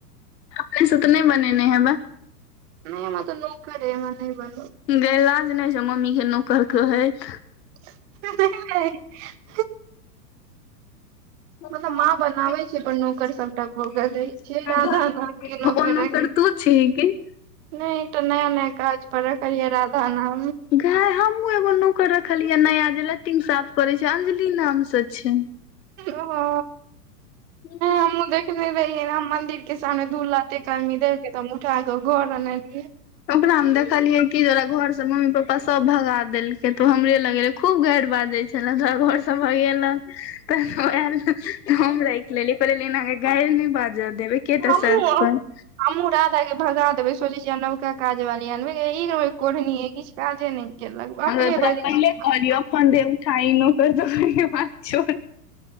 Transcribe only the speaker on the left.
अपने स त नहि बनेने हैबा।
गय लाज नहि होय छौ मम्मी के नौकर कहैत।
ओ
हठ
और तू छीही कि?
गय हमहूँ एगो नौकर रखलियै नया जे लेटीग साफ करे छै अंजलि नाम स छै।
ह
ओकरा हम देखलियै कि ओकरा घर से मम्मी पप्पा सब भगा देलकै तो हमरे लग ऐल खूब गाइरि बाजे छले ओकेरा घर सब स भगेलक त हम राइ लेली कहलिये गाइर नहि बाजऽ देबे एके टा
शर्त पर।
हम
तोरा
पहिले कहलियौ अपन दे उठाइ नोकर तोकर के बात छोर।